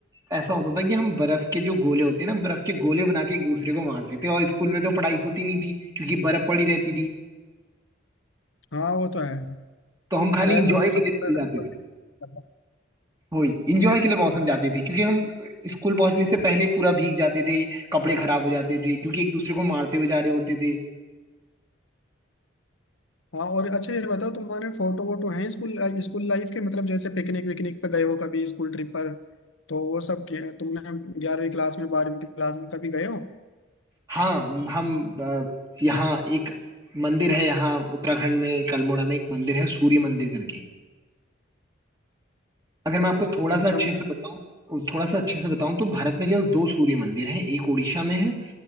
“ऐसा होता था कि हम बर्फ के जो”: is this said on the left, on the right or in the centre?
Right